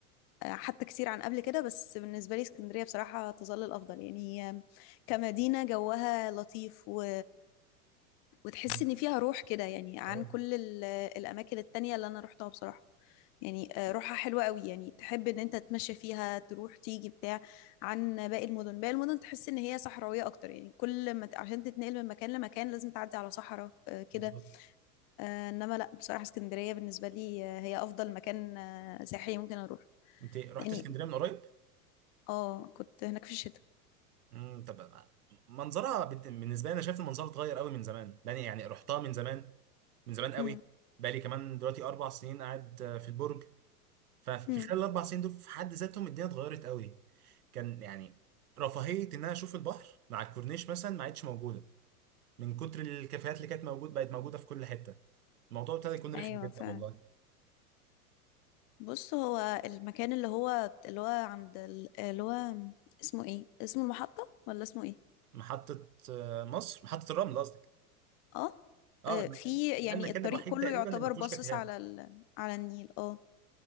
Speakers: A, on the left; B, on the right.
A: حتى كتير عن قبل كده بس بالنسبة لي اسكندرية بصراحة تظل الأفضل يعني هي كمدينة جوها لطيف و وتحس
B: مم.
A: ان فيها روح كده يعني عن
B: أه
A: كل ال- الاماكن التانية اللي انا روحتها بصراحة يعني آه، روحها حلوة قوي يعني تحب ان انت تتمشى فيها تروح تيجي بتاع عن باقي المدن باقي المدن تحس ان هي صحراوية اكتر يعني كل ما ت- عشان تتنقل من مكان لمكان لازم تعدي على صحراء آه، كده
B: بالظبط
A: آه، انما لا بصراحة اسكندرية بالنسبة لي آه، هي افضل مكان آه، سياحي ممكن اروح
B: انت رحت
A: يعني
B: اسكندريه من قريب
A: اه كنت هناك في الشتاء
B: امم طب منظرها بت- بالنسبه لي انا شايف المنظر اتغير قوي من زمان لان يعني رحتها من زمان من زمان قوي
A: امم
B: بقالي كمان دلوقتي اربع سنين قاعد آه، في البرج ففي
A: امم
B: خلال الاربع سنين دول في حد ذاتهم الدنيا اتغيرت قوي كان يعني رفاهيه ان انا اشوف البحر مع الكورنيش مثلا ما عادش موجوده من كتر الكافيهات اللي كانت موجود بقت موجوده في كل حته الموضوع ابتدى يكون رخم
A: ايوه
B: جدا
A: فعلا
B: والله
A: بص هو المكان اللي هو اللي هو عند ال- اللي هو اسمه ايه اسمه المحطة ولا اسمه ايه
B: محطه آه، مصر محطه الرمل قصدك
A: اه
B: اه
A: آه، في
B: ده
A: يعني
B: المكان
A: الطريق
B: الوحيد
A: كله
B: تقريبا
A: يعتبر
B: اللي ما فيهوش
A: باصص
B: كافيهات
A: على ال... على النيل اه